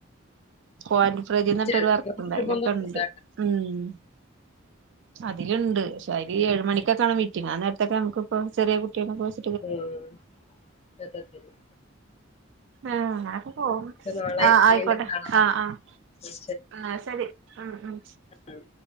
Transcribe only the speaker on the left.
ചെറുതൊന്നും
നിർബന്ധമൊന്നുമില്ല
ആഹ് <unintelligible>
നാളെ
വീണ്ടും കാണാം
ഉം,
ഉം